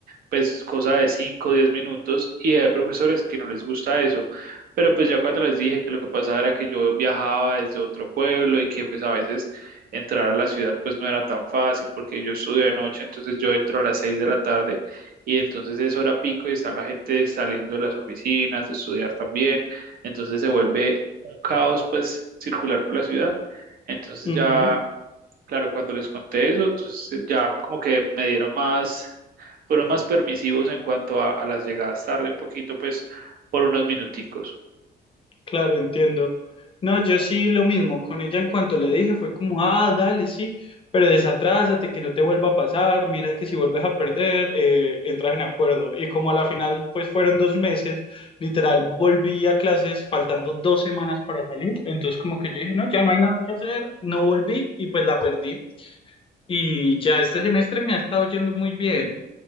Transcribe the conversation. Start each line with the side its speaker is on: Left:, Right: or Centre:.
Right: pues cosa de 5 o 10 minutos y hay profesores que no les gusta eso. Pero pues ya cuando les dije que lo que pasaba era que yo viajaba desde otro pueblo y que pues a veces entrar a la ciudad pues no era tan fácil porque yo estudio de noche, entonces yo entro a las 6 de la tarde y entonces es hora pico y está la gente saliendo de las oficinas, de estudiar también, entonces se vuelve un caos pues circular por la ciudad. Entonces
Left: ujú.
Right: ya Claro, cuando les conté eso, entonces ya como que me dieron más, fueron más permisivos en cuanto a, a las llegadas tarde un poquito, pues por unos minuticos.
Left: Claro, entiendo. No, yo sí lo mismo con ella en cuanto le dije, fue como, ah, dale, sí, pero desatrásate, que no te vuelva a pasar, mira que si vuelves a perder, eh, entras en acuerdo. Y como a la final, pues fueron dos meses, literal, volví a clases faltando dos semanas para salir, entonces como que yo dije, no, ya no hay nada que hacer, no volví y pues la perdí. Y ya este semestre me ha estado yendo muy bien,